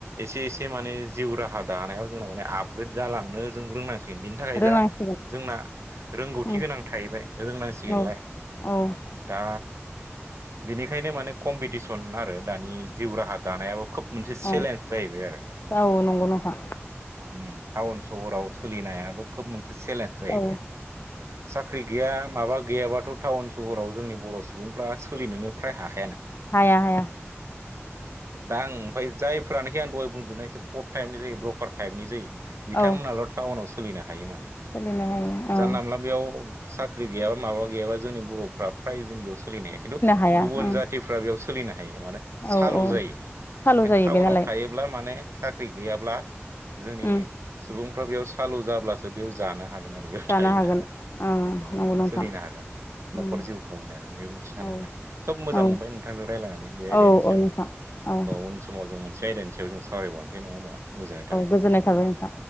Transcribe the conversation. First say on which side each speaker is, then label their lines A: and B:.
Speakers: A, on the right; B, on the left.
A: एसे एसे माने जिउ राहा दानायाव जोंना माने आपग्रेड जालांनो जों रोंनां से बिनि थाखाय
B: रोंनांसिगोन
A: जा जोंना रोंगौथि
B: उम
A: गोनां थाहैबाय, रोंनांसिगोनलाय।
B: औ औ
A: दा बिनिखायनो माने कम्पिटिसन आरो दानि जिउ राहा दानायाबो खोब मोनसे
B: औ
A: चेलेन्ज
B: औ
A: जाहैबाय आरो
B: औ नंगौ नोंथां
A: हमथाव सहराव सोलिनायाबो खोब मोनसे चेलेन्ज जाहैबाय
B: औ
A: सब साख्रि गैया माबा गैयाबाथ' टाउन सहराव जोंनि बर' सुबुंफ्रा सोलिनोनो फ्राय हाखायानो
B: हाया हाया
A: दां ओमाय जायफ्रानोखि आं दहाय बुंदोंना इ एसे फर्थ टाइपनि जायो ब्रकार टाइपनि जायो बिथांमोनाल'
B: औ
A: टाउनाव सोलिनो हायो माने
B: सोलिनो हायो औ
A: जानला मोनला बेयाव साख्रि गैयाबा माबा गैयाबा जोंनि बर'फ्रा फ्राय जों बेयाव सोलिनो हा खिन्थु
B: हाया
A: गुबुन
B: ओं
A: जाथिफ्रा बेयाव स सोलिनो हायो माने
B: औ
A: सालु
B: औ
A: जायो
B: सालु
A: खेन
B: जायो
A: टाउनाव
B: बे नालाय
A: थायोब्ला माने साख्रि गैयाब्ला जोंनि
B: उम
A: सुबुंफ्रा बेयाव सालु जाब्लासो बेयाव जानाङ हागोर आरो बेयाव
B: जानो
A: थाहैनो हागोन
B: ओं
A: औ
B: नंगौ नोंथां
A: सोलिनो हागोन न'खर
B: उम
A: जिउ खुंहैनो हागोन बे मोनसे सानखौननाय
B: औ
A: खोब मोजां
B: औ
A: मोनबाय नोंथांनो रायज्लायनानै बे आइडियानिसो
B: औ औ नोंथां औ
A: उन समाव जों मोनसे आयदानि सायाव जों सावरायबावनो जे नङा होमबा गोजोननाय थाबाय
B: गोजोननाय
A: औ
B: थाबाय नोंथां